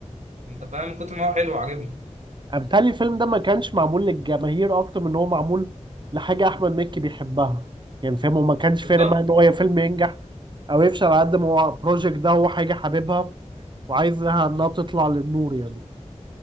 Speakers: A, on the right; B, on the right.
A: انت فاهم من كتر ما هو حلو وعاجبني
B: امثال الفيلم ده ما كانش معمول للجماهير اكتر من ان هو معمول لحاجه احمد مكي بيحبها يعني فاهم وما كانش
A: بالظبط
B: فارق معاه ان هو يا فيلم ينجح او يفشل على قد ما هو البروجكت ده هو حاجه حاببها وعايزها انها تطلع للنور يعني